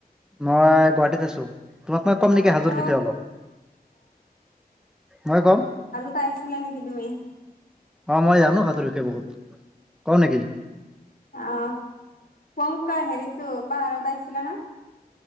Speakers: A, in the centre; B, on the left.
A: মই গুৱাহাটীত আছো তোমাক মই কম নেকি
B: সাজু
A: হাজোৰ বিষয়ে অলপ মই কম।
B: আগতে আহিছিলা নেকি তুমি
A: অ মই জানো হাজোৰ বিষয়ে বহুত কওঁ নেকি
B: আহ শংকা হেৰিতো পাৰতাইছিলা না